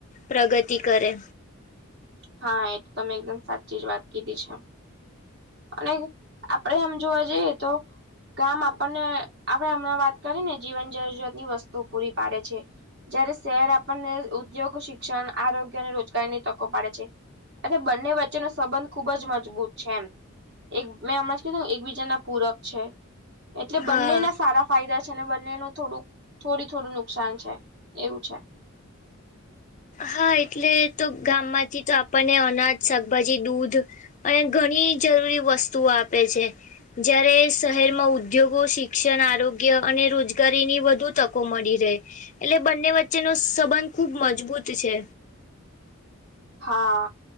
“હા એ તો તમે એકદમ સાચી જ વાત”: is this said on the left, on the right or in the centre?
Right